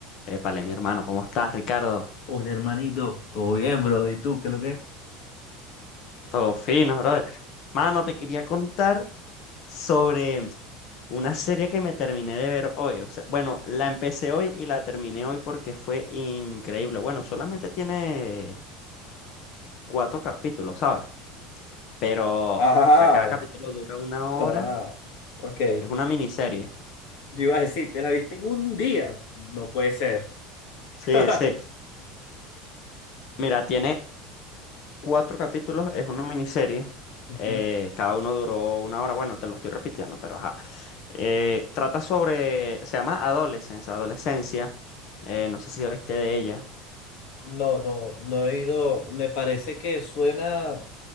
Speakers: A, on the left; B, on the left.
A: Épale, mi hermano, ¿cómo estás, Ricardo?
B: Hola hermanito, ¿todo bien, bro? ¿Y tú qué es lo que es?
A: Todo fino, brother. Mano, te quería contar sobre una serie que me terminé de ver hoy. O sea, bueno, la empecé hoy y la terminé hoy porque fue increíble. Bueno, solamente tiene cuatro capítulos, ¿sabes? Pero,
B: Ah,
A: o sea, cada capítulo dura una hora.
B: ah, ok.
A: Es una miniserie.
B: Yo iba a decir, ¿te la viste en un día? No puede ser.
A: Sí,
B: <laughs>
A: sí. Mira, tiene cuatro capítulos, es una miniserie.
B: Ujú.
A: eh, cada uno duró una hora. Bueno, te lo estoy repitiendo, pero ajá. Eh, trata sobre, se llama Adolescence, Adolescencia. eh, no sé si oíste de ella.
B: No, no, no he oído. Me parece que suena